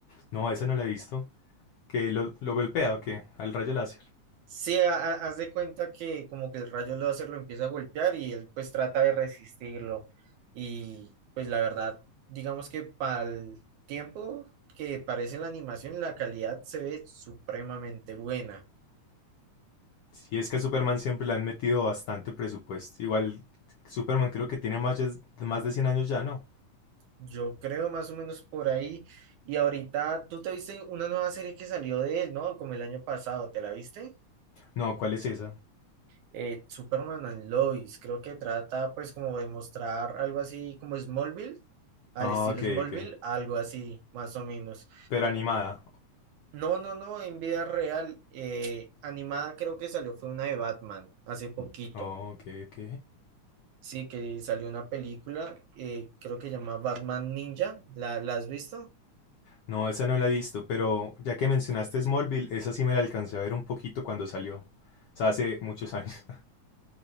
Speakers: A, on the left; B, on the right.
A: No, esa no la he visto. ¿Que lo, lo golpea o qué? Al rayo láser.
B: Sí, ha- ha- haz de cuenta que como que el rayo láser lo empieza a golpear y él pues trata de resistirlo. Y pues la verdad, digamos que para el tiempo que parece la animación, la calidad se ve supremamente buena.
A: Si es que a Superman siempre le han metido bastante presupuesto. Igual Superman creo que tiene más, de- más de 100 años ya, ¿no?
B: Yo creo más o menos por ahí. Y ahorita, tú te viste una nueva serie que salió de él, ¿no? Como el año pasado, ¿te la viste?
A: No, ¿cuál es esa?
B: eh, Superman and Lois, creo que trata pues como de mostrar algo así como Smallville, al
A: Ah,
B: estilo
A: ok,
B: Smallville,
A: ok.
B: algo así más o menos.
A: Pero animada.
B: No, no, no, en vida real, eh, animada creo que salió fue una de Batman hace poquito.
A: Oh, ok, ok.
B: Sí, que salió una película, eh, creo que se llama Batman Ninja, ¿la, la has visto?
A: No, esa no la he visto, pero ya que mencionaste Smallville, esa sí me la alcancé a ver un poquito cuando salió. O sea, hace muchos años. <laughs>